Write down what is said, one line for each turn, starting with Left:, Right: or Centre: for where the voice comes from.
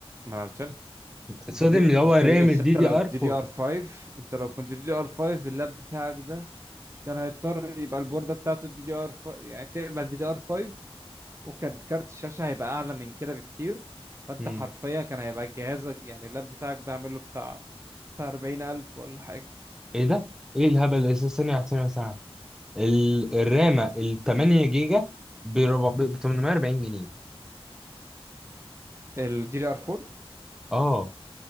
Right: ما أنا قلت لك
Centre: صوديوم
Right: جي دي
Centre: اللي هو
Right: أصل
Centre: رام
Right: الستة
Centre: الدي دي
Right: لو
Centre: ار
Right: دي
Centre: 4
Right: دي ار 5 انت لو كنت دي دي ار 5 اللاب بتاعك ده كان هيضطر يبقى البوردة بتاعته دي دي ار 5 يعني تقبل دي دي ار 5 وكان كارت الشاشة هيبقى أعلى من كده بكتير فأنت
Centre: مم.
Right: حرفيا كان هيبقى جهازك يعني اللاب بتاعك ده عامل له بتاع بتاع 40000 ولا حاجة
Centre: ايه ده ايه الهبل ده ثانية واحدة، ثانية واحدة، ثانية واحدة. ال- الرامة ال 8 جيجا ب 400 ب 840 جنيه
Right: الدي دي ار 4
Centre: اه